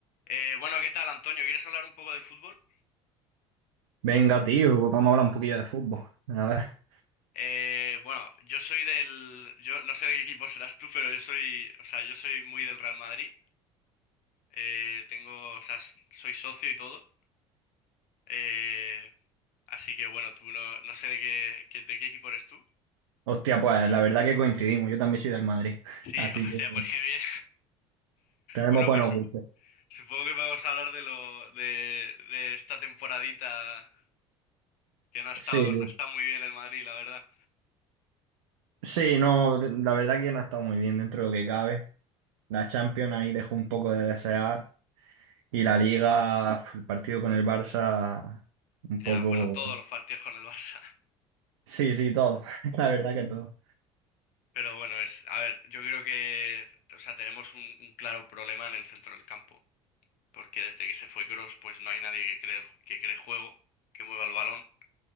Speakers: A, on the left (about 55°); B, on the right (about 75°).
A: Eh, bueno, ¿qué tal, Antonio? ¿Quieres hablar un poco de fútbol?
B: Venga, tío, vamos a hablar un poquillo de fútbol. A ver.
A: Eh, bueno, yo soy del, yo no sé de qué equipo serás tú, pero yo soy, o sea, yo soy muy del Real Madrid. Eh, tengo, o sea, s- soy socio y todo. Eh, así que bueno, tú no, no sé de qué, qué- de qué equipo eres tú.
B: Hostia, pues la verdad que coincidimos. Yo también soy del Madrid. <laughs>
A: Sí,
B: Así
A: <laughs> o
B: que
A: sea, pues qué bien.
B: tenemos
A: Bueno,
B: buenos
A: pues sup-
B: gustos.
A: supongo que podemos hablar de lo, de, de esta temporadita que no ha estado,
B: Sí,
A: no
B: sí.
A: ha estado muy bien el Madrid, la verdad.
B: Sí, no, la verdad que no ha estado muy bien dentro de lo que cabe. La Champions ahí dejó un poco de desear. Y la Liga, pf, el partido con el Barça, un
A: Ya,
B: poco.
A: bueno, todos los partidos con el Barça.
B: Sí, sí, todo. <laughs> La verdad que todo.
A: Pero bueno, es, a ver, yo creo que, o sea, tenemos un, un claro problema en el centro del campo, porque desde que se fue Kroos, pues no hay nadie que cree, el- que cree juego, que mueva el balón,